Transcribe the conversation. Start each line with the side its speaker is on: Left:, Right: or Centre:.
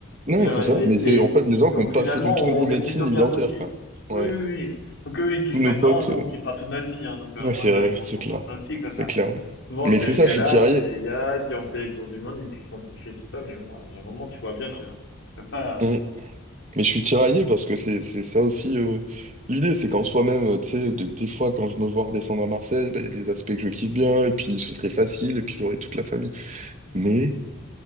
Right: Non,
Left: Je veux dire,
Right: c'est ça.
Left: les,
Right: Mais
Left: les-
Right: c'est en fait les gens
Left: donc
Right: qui n'ont pas
Left: finalement,
Right: fait du tout ni
Left: on
Right: médecine
Left: est plutôt
Right: ni
Left: bien
Right: dentaire,
Left: lotis.
Right: quoi.
Left: Oui,
Right: Ouais.
Left: oui, oui. Donc eux, ils kiffent
Right: Tous nos
Left: maintenant,
Right: potes.
Left: nous,
Right: euh,
Left: on kiffera toute notre vie. Hein, donc euh,
Right: Ouais,
Left: en mode,
Right: c'est vrai,
Left: euh, faut,
Right: c'est
Left: faut
Right: clair.
Left: voir ça aussi comme
Right: C'est
Left: ça.
Right: clair.
Left: Souvent,
Right: Mais
Left: ces
Right: c'est ça,
Left: gars-là,
Right: je suis tiraillé.
Left: ces gars qui ont fait les tours du monde, ils ont kiffé tout ça, mais bon, il y a un moment, tu vois bien que tu peux pas.
Right: Mhm. Mais je suis tiraillé parce que c'est c'est ça aussi euh, l'idée, c'est qu'en soi-même, euh, tu sais, de- des fois quand je me vois redescendre à Marseille, bah, il y a des aspects que je kiffe bien, et puis ce serait facile, et puis j'aurais toute la famille. Mais